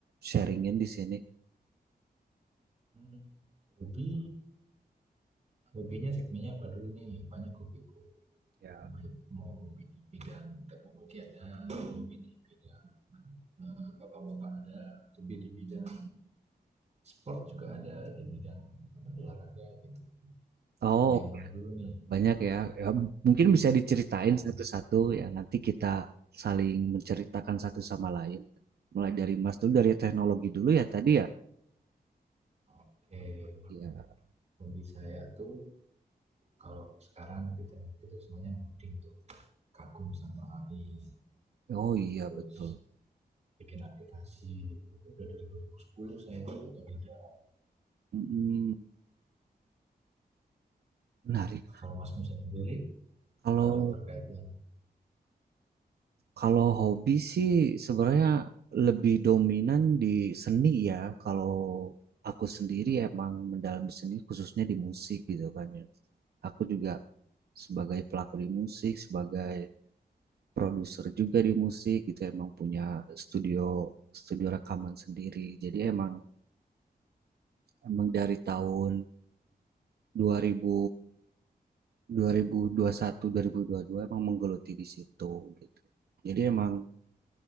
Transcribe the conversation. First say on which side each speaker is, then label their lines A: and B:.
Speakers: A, on the right; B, on the right.
A: sharingin di sini.
B: Hmm, hobi, hobinya segmennya apa dulu nih? Banyak hobiku.
A: Ya.
B: Baik, Mau hobi di bidang teknologi ada, hobi di bidang eh, bapak-bapak ada, hobi di bidang sport juga ada, di bidang apa, olahraga gitu.
A: Oh,
B: Mau
A: oke.
B: yang mana dulu nih?
A: Banyak ya. Ya, mungkin bisa diceritain
B: Wah,
A: satu-satu ya. Nanti kita saling menceritakan satu sama lain. Mulai dari Mas dulu, dari teknologi dulu ya tadi ya.
B: oke.
A: Ya.
B: Hobi saya tuh kalau sekarang kita itu semuanya ngoding tuh kagum sama AI
A: Oh iya
B: terus
A: betul.
B: bikin aplikasi itu udah dari 2010 saya atau tidak
A: Mm, menarik.
B: kalau Mas Musa sendiri
A: Kalau
B: kalau terkait yang
A: Kalau hobi sih sebenarnya lebih dominan di seni ya. Kalau aku sendiri emang mendalami seni khususnya di musik gitu kan ya. Aku juga sebagai pelaku di musik, sebagai produser juga di musik gitu emang punya studio studio rekaman sendiri. Jadi emang emang dari tahun 2000 2021 dua ribu dua puluh satu dua ribu dua puluh dua emang menggeluti di situ gitu. Jadi emang